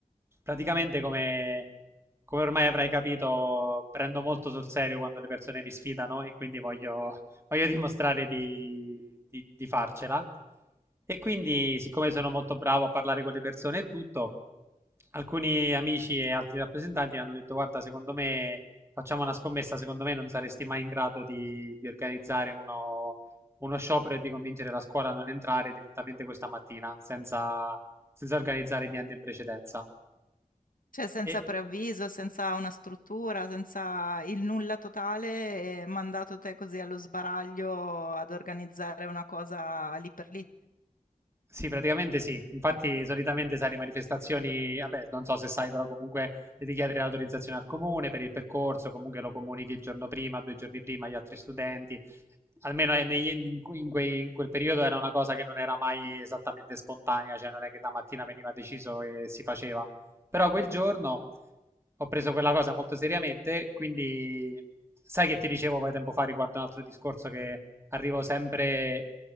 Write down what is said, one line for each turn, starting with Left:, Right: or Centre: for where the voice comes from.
Right: Praticamente, come, come ormai avrai capito, prendo molto sul serio quando le persone mi sfidano e quindi voglio, <laughs> voglio dimostrare di, di- di farcela. E quindi, siccome sono molto bravo a parlare con le persone e tutto, alcuni amici e altri rappresentanti hanno detto: Guarda, secondo me facciamo una scommessa, secondo me non saresti mai in grado di, di organizzare uno, uno sciopero e di convincere la scuola a non entrare direttamente questa mattina senza senza organizzare niente in precedenza.
Left: Cioè senza
Right: E...
Left: preavviso, senza una struttura, senza il nulla totale, e mandato te così allo sbaraglio ad organizzare una cosa lì per lì.
Right: Sì, praticamente sì. Infatti, solitamente sai, le manifestazioni, vabbè, non so se sai, però comunque devi chiedere l'autorizzazione al comune per il percorso, comunque lo comunichi il giorno prima, due giorni prima agli altri studenti. Almeno eh, negli- in, que- in quei- in quel periodo era una cosa che non era mai esattamente spontanea, cioè non è che la mattina veniva deciso e si faceva. Però quel giorno ho preso quella cosa molto seriamente, quindi sai che ti dicevo poi tempo fa riguardo un altro discorso che arrivo sempre